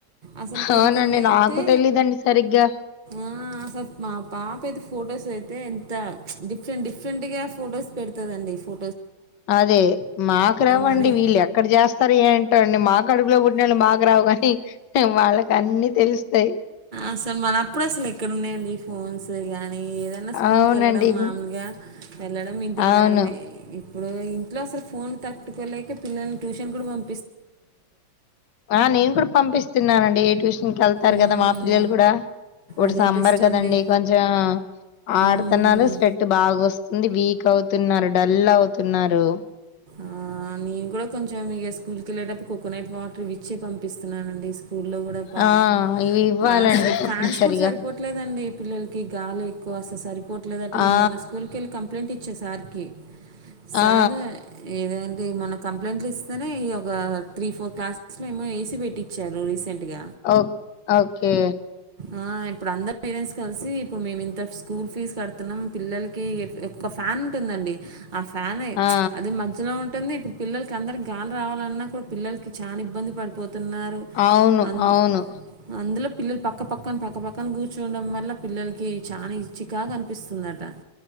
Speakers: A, on the right (about 30°); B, on the left (about 70°).
A: అసలు కొన్ని
B: అవునండి
A: కొన్ని అయితే
B: నాకు తెలీదండి సరిగ్గా
A: ఆ అసలు మా పాప అయితే ఫొటోస్ అయితే ఎంత డిఫరెంట్ డిఫరెంట్ గా ఫొటోస్ పెడతదండి ఫో
B: అదే మాకు రావండి
A: మన
B: వీళ్ళు ఎక్క ఇక్కడ చేస్తారు ఏంటో అండి మాకు కడుపులో పుట్టినలు మాకు రావు కాని వాళ్ళకి అన్ని తెలుస్తాయి
A: అసలు మనప్పుడు అసలు ఎక్కడ ఉన్నాయండి ఫోన్స్ నీ కానీ ఏదన్నా స్కూల్కి
B: అవునండి
A: వెళ్ళడం మామూలుగా వెళ్ళడం ఇంటికి
B: అవును
A: రావడమే ఇప్పుడు ఇంట్లో అసలు ఫోన్ తక్ <unintelligible> లేక పిల్లల్ని ట్యూషన్ కూడా పం
B: ఆ నేను కూడా పంపిస్తున్నానండి ఏ టు ఇంకా ఏళ్తారు
A: ఉమ్,
B: కదా మా పిల్లలు కూడా ఇప్పుడు
A: అదే
B: సమ్మర్
A: బెస్ట్
B: కదండి
A: అండి
B: కొంచెం ఆడుతున్నారు
A: ఉమ్,
B: స్వెట్ బాగా వస్త ఉంది వీక్ అవుతున్నారు డల్ అవుతున్నారు
A: ఆ, నేను కూడా కొంచెం ఇక స్కూల్ కి వెళ్ళేటప్పు కోకోనట్ వాటర్ ఇవి ఇచి పంపిస్తున్నానండి స్కూల్ స్కూల్లో కూడా పాపం
B: ఆ ఇవి ఇవ్వాలండి
A: బా అస్సలు
B: తప్పనిసరిగా
A: ఫ్యాన్స్ కూడా సరిపోవట్లేదండి పిల్లలకి గాలి ఎక్కువ అసలు సరిపోవట్లేదుంటే నేను
B: ఆ
A: మొన్న స్కూల్కి వెళ్ళి కంప్లైంట్ ఇచ్చా సార్ కి సార్
B: ఆ
A: ఏద ది మనక్ కంప్లట్లు ఇస్తేనే ఒక త్రీ ఫోర్ క్లాస్ లైమ్ ఏసీ పెట్టి చ రీసెట్గా
B: ఓ ఓకే
A: ఆ ఇప్పుడు అందరు పేరెంట్స్ కలిసి ఇప్పుడు మే ఇంత స్కూల్ ఫీజ్ కడుతున్నాం పిల్లలకి ఒక ఫ్యాన్ ఉంటుందండి ఆ ఫ్యానే
B: ఆ
A: అది మధ్యలో ఇప్పుడు పిల్లలకి అందరి గాలి రావాలన్నా కూడా పిల్లలకి చాలా ఇబ్బంది పడిపోత. ఉన్నారు
B: అవును
A: అంద్
B: అవును
A: అందులో పిల్లలు <inaudible> పక్కపక్కన, పక్కపక్కన కూర్చుండడం వల్ల పిల్లలకి చాలా ఇచ్చికగా కనిపిస్తుందట.